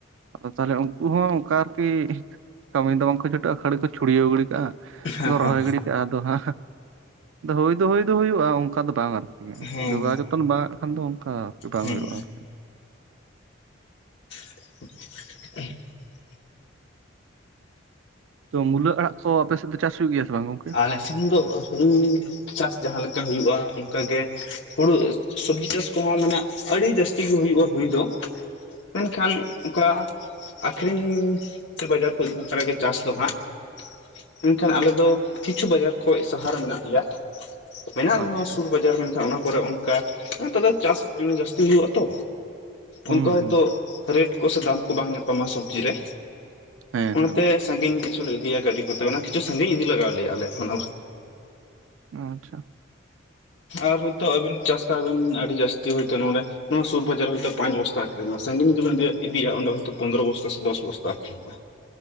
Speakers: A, on the right (about 75°); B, on the left (about 65°).
A: ᱟᱫᱚ ᱛᱟᱦᱞᱮ ᱩᱱᱠᱩ ᱦᱚᱸ ᱚᱱᱠᱟ ᱟᱨᱠᱤ᱾ ᱠᱟᱹᱢᱤ ᱫᱚ ᱵᱟᱝᱠᱚ ᱪᱷᱩᱴᱟᱹᱜᱼᱟ ᱠᱷᱟᱹᱲᱤ ᱠᱚ ᱪᱷᱩᱲᱭᱟᱹᱣ ᱜᱤᱰᱤ ᱠᱟᱜᱼᱟ,
B: ᱦᱮᱸ
A: ᱥᱮᱠᱚ ᱨᱚᱦᱚᱭ
B: ᱦᱮᱸ
A: ᱜᱤᱰᱤ ᱠᱟᱜᱼᱟ, ᱟᱫᱚ ᱦᱟᱸ ᱟᱫᱚ ᱦᱩᱭ ᱫᱚ ᱦᱩᱭ ᱫᱚ ᱦᱩᱭᱩᱜᱼᱟ ᱚᱱᱠᱟ ᱫᱚ ᱵᱟᱸᱝᱟ᱾
B: ᱦᱮᱸ
A: ᱡᱚᱜᱟᱣ ᱡᱚᱛᱚᱱ ᱵᱟᱝ ᱟᱜ ᱠᱷᱟᱱ ᱫᱚ ᱚᱱᱠᱟ ᱵᱟᱝ
B: ᱦᱮᱸ
A: ᱦᱩᱭᱩᱜᱼᱟ ᱟᱨᱠᱤ
B: <unintelligible>
A: ᱛᱚ ᱢᱩᱞᱟᱹ ᱟᱲᱟᱜ ᱠᱚ ᱟᱯᱮ ᱥᱮᱫ ᱫᱚ ᱪᱟᱥ ᱦᱩᱭᱩᱜ ᱜᱮᱭᱟ ᱥᱮ ᱵᱟᱝ ᱜᱚᱝᱠᱮ?
B: ᱟᱞᱮ ᱥᱮᱢ ᱫᱚ ᱦᱩᱲᱩ ᱪᱟᱥ ᱡᱟᱦᱟᱸ ᱞᱮᱠᱟ ᱦᱩᱭᱩᱜᱼᱟ ᱚᱱᱠᱟ ᱜᱮ᱾ ᱦᱩᱲᱩ ᱥᱚᱵᱡᱤ ᱪᱟᱥ ᱠᱚᱦᱚᱸ ᱢᱟᱱᱮ ᱟᱹᱰᱤ ᱡᱟᱹᱥᱛᱤ ᱜᱮ ᱦᱩᱭᱩᱜᱼᱟ ᱦᱩᱭ ᱫᱚ᱾ ᱢᱮᱱᱠᱷᱟᱱ ᱚᱠᱟ ᱠᱚᱨᱟᱣ ᱟᱠᱷᱨᱤᱧ ᱥᱮ ᱵᱟᱡᱟᱨ ᱠᱚ ᱤᱫᱤ ᱵᱟᱠᱷᱨᱟᱜᱮ ᱪᱟᱥ ᱫᱚ ᱦᱟᱸᱜ, ᱢᱮᱱᱠᱷᱟᱱ ᱟᱞᱮᱫᱚ ᱠᱤᱪᱷᱩ ᱵᱟᱡᱟᱨ ᱠᱷᱚᱡ ᱥᱟᱦᱟᱨᱮ ᱢᱮᱱᱟᱜ ᱞᱮᱭᱟ᱾ ᱢᱮᱱᱟᱜ ᱨᱮᱦᱚᱸ
A: ᱟᱪᱪᱷᱟ
B: ᱥᱩᱨ ᱵᱟᱡᱟᱨ ᱢᱮᱱᱠᱷᱟᱱ ᱚᱱᱟ ᱠᱚᱨᱮ᱾ ᱚᱱᱛᱮ ᱫᱚ ᱪᱟᱥ ᱡᱟᱹᱥᱛᱤ ᱦᱳᱭᱳᱜ ᱟ ᱛᱚ
A: ᱦᱩᱸ
B: ᱚᱱᱠᱟ ᱦᱚᱭᱛᱳ᱾
A: ᱦᱩᱸ
B: ᱨᱮᱴ ᱠᱚ ᱥᱮ ᱫᱟᱢ ᱠᱚ ᱵᱟᱝ ᱧᱟᱯᱟᱢᱟ ᱥᱚᱵᱡᱤ ᱨᱮ᱾
A: ᱦᱮᱸ
B: ᱚᱱᱟᱛᱮ
A: ᱦᱮᱸ
B: ᱥᱟᱹᱜᱤᱧ ᱜᱮ ᱠᱤᱪᱷᱩᱞ ᱞᱮ ᱤᱫᱤᱭᱟ ᱜᱟᱹᱰᱤ ᱠᱚᱛᱮ ᱚᱱᱟ ᱠᱤᱪᱷᱩ ᱥᱟᱺᱜᱤᱧ ᱤᱫᱤ ᱞᱟᱜᱟᱣ ᱟᱞᱮᱭᱟ ᱟᱞᱮ ᱠᱷᱚᱱ
A: ᱟᱪᱷᱟ᱾
B: ᱟᱨ ᱦᱳᱭᱛᱳ ᱟᱵᱤᱱ ᱪᱟᱥ ᱠᱟᱜ ᱟᱵᱤᱱ ᱟᱹᱰᱤ ᱡᱟᱹᱥᱛᱤ ᱦᱳᱭᱛᱳ ᱱᱚᱰᱮ᱾ ᱱᱚᱣᱟ ᱥᱩᱨ ᱵᱟᱡᱟᱨ ᱦᱳᱭᱛᱚ ᱯᱟᱸᱪ ᱵᱚᱥᱛᱟ ᱟᱹᱠᱦᱨᱤᱧᱚᱜᱼᱟ ᱥᱟᱜᱤᱧ ᱡᱩᱤ ᱵᱤᱱ ᱤᱫᱤᱭᱟ ᱤᱫᱤᱭᱟ ᱚᱸᱰᱮ ᱦᱳᱭᱛᱚ ᱯᱚᱱᱫᱽᱨᱚ ᱵᱚᱥᱛᱟ ᱥᱮ ᱫᱚᱥ ᱵᱚᱥᱛᱟ ᱟᱹᱷᱨᱤᱧᱚᱜᱼᱟ